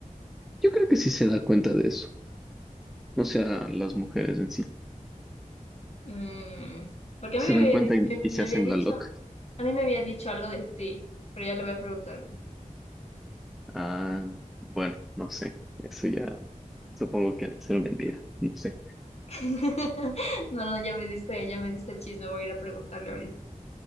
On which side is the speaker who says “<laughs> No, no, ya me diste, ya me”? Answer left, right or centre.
Left